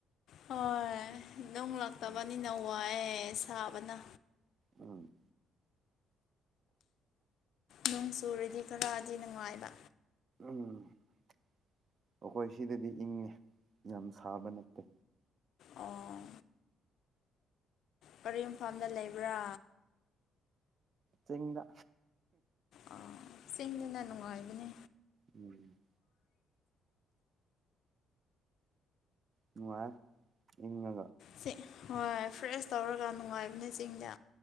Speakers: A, on the left; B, on the right.
A: ꯍꯣꯏ ꯅꯨꯡ ꯂꯥꯛꯇꯕꯅꯤꯅ
B: ꯎꯝ
A: ꯋꯥꯏ ꯁꯥꯕꯅ
B: ꯎꯝ
A: ꯅꯣꯡ ꯆꯨꯔꯤꯗꯤ ꯈꯔꯗꯤ ꯅꯨꯡꯉꯥꯏꯕ
B: ꯎꯝ ꯑꯩꯈꯣꯏ ꯁꯤꯗꯗꯤ ꯏꯪꯉꯦ ꯌꯥꯝ ꯁꯥꯕ ꯅꯠꯇꯦ
A: ꯑꯣ ꯀꯔꯤꯨꯝꯐꯝꯗ ꯂꯩꯕ꯭ꯔꯥ
B: ꯆꯤꯡꯗ
A: ꯑꯥ ꯆꯦꯡꯗꯨꯅ ꯅꯨꯡꯉꯥꯏꯕꯅꯦ
B: ꯎꯝ ꯎꯅꯨꯡꯥꯏ ꯏꯉꯒ
A: ꯁꯤ ꯍꯣꯏ ꯐ꯭ꯔꯦꯁ ꯇꯧꯔꯒ ꯅꯨꯡꯉꯥꯏꯕꯅꯦ ꯆꯤꯡꯗ